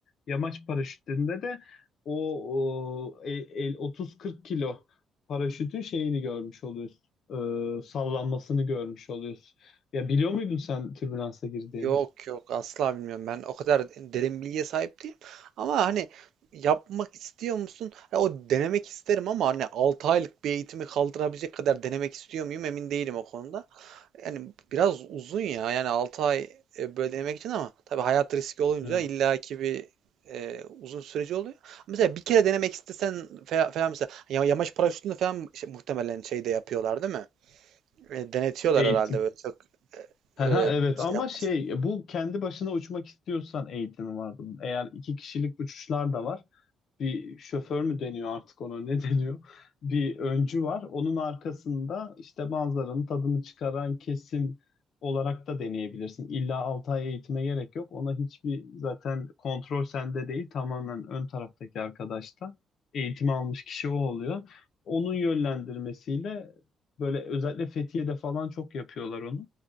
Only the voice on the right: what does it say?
Yok yok asla bilmiyorum. Ben o kadar derin bilgiye sahip değilim. Ama hani yapmak istiyor musun? Ya o denemek isterim ama hani 6 aylık bir eğitimi kaldırabilecek kadar denemek istiyor muyum emin değilim o konuda. Yani biraz uzun ya. Yani 6 ay e, böyle denemek için ama tabii hayat riski olunca
illaki bir e, uzun süreci oluyor. Mesela bir kere denemek istesen fe- falan mesela ya- yamaç paraşütünü falan şey- muhtemelen şeyde yapıyorlar değil mi? E, denetiyorlar
herhalde böyle çok
e, e,
şey
yapmasın.